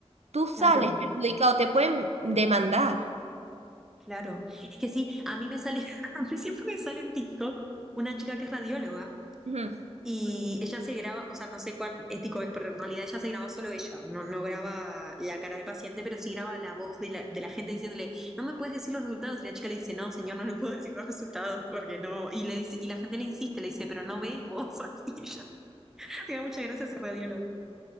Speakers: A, on the right; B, in the centre.
A: tú sales
B: claro,
A: perjudicado, te pueden demandar.
B: claro. Es que sí, a mí me sale, <laughs> a mí siempre me sale en TikTok una chica que es radióloga
A: Ujú.
B: Y ella se graba, o sea, no sé cuán ético es, pero en realidad ella se graba solo ella, no, no graba la cara del paciente, pero sí graba la voz de la, de la gente diciéndole, no me puedes decir los resultados. Y la chica le dice, no, señor, no le puedo decir los resultados porque no. Y le dice, y la gente le insiste, le dice, pero no ves vos. <laughs> Y ella, me da muchas gracias ese radiólogo.